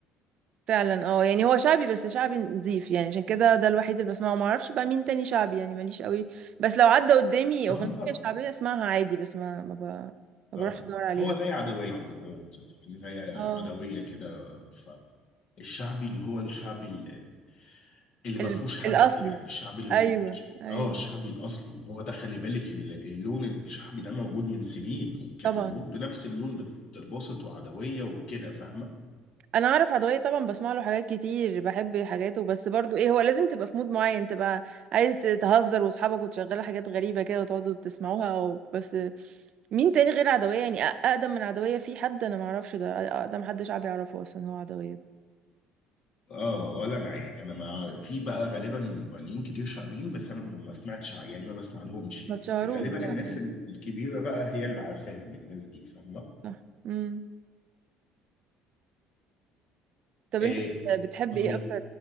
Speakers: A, on the right (about 55°); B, on the left (about 55°).
A: فعلا اه يعني هو شعبي بس شعبي نضيف يعني عشان كده ده الوحيد اللي بسمعه ما اعرفش بقى مين تاني شعبي يعني ماليش قوي بس لو عدى قدامي
B: اه
A: اغنية شعبية اسمعها عادي بس ما ما, ب... ما
B: اه
A: بروحش ادور عليها
B: هو زي عدوية عبد الباسط يعني زي
A: اه
B: عدوية كده فالشعبي اللي هو الشعبي اللي اللي ما
A: ال...
B: فيهوش هبد
A: الاصلي
B: يعني الشعبي اللي ما
A: ايوه
B: فيهوش
A: ايوه
B: اه الشعبي الأصلي هو ده خلي بالك ال- اللون الشعبي ده موجود من سنين وكان
A: طبعا
B: موجود بنفس اللون بتاع عبد الباسط وعدوية وكده فاهمة
A: انا اعرف عدوية طبعا بسمع له حاجات كتير بحب حاجاته بس برضو ايه هو لازم تبقى في مود معين تبقى عايز ت- تهزر واصحابك وتشغلوا حاجات غريبة كده وتقعدوا تسمعوها او بس مين تاني غير عدوية يعني أ- اقدم من عدوية في حد انا ما اعرفش ده اقدم حد شعبي يعرفه اصلا هو عدوية ده.
B: اه ولا انا يعني انا ما في بقى غالبا مغنيين كتير شعبيين بس انا ما سمعتش ع- يعني ما بسمع لهمش يعني
A: ما تشهروش
B: غالبا
A: بقى
B: الناس
A: آه،
B: ال- الكبيره بقى هي اللي عارفاهم الناس دي فاهمه
A: صح امم طب
B: إيه
A: انت بت- بتحب
B: طيب
A: ايه اكتر